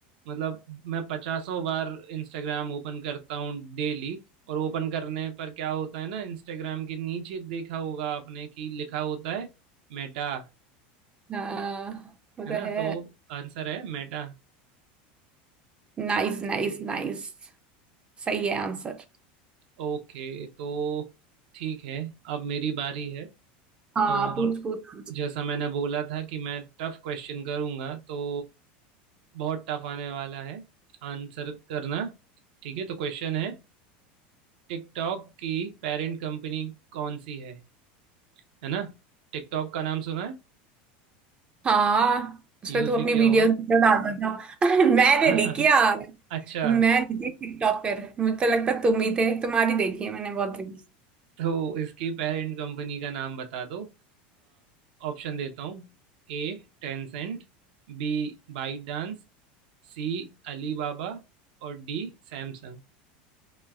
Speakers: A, on the right; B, on the right.
A: मतलब मैं पचासों बार इंस्टाग्राम ओपन करता हूँ डेली और ओपन करने पर क्या होता है ना इंस्टाग्राम के नीचे देखा होगा आपने कि लिखा होता है मेटा
B: हाँ वो तो
A: है ना
B: है
A: तो आंसर है मेटा
B: नाइस नाइस नाइस सही है आंसर
A: ओके तो ठीक है अब मेरी बारी है
B: हाँ
A: और
B: पूछ पूछ
A: जैसा मैंने बोला था कि मैं टफ क्वेश्चन करूंगा तो बहुत टफ आने वाला है आंसर करना ठीक है तो क्वेश्चन है टिकटॉक की पेरेंट कंपनी कौन सी है है ना टिकटॉक का नाम सुना है
B: हाँ उसपे
A: यूज
B: तू
A: भी
B: अपनी
A: किया
B: वीडियोस
A: होगा
B: भी तो डालता था <laughs> मैंने
A: <laughs>
B: नहीं किया
A: अच्छा
B: मैं नहीं थी टिकटॉक पर मुझे तो लगता तुम ही थे तुम्हारी देखी है मैंने बहुत रील्स
A: तो इसकी पेरेंट कंपनी का नाम बता दो ऑप्शन देता हूँ A Tencent B ByteDance C Alibaba और डी सैमसंग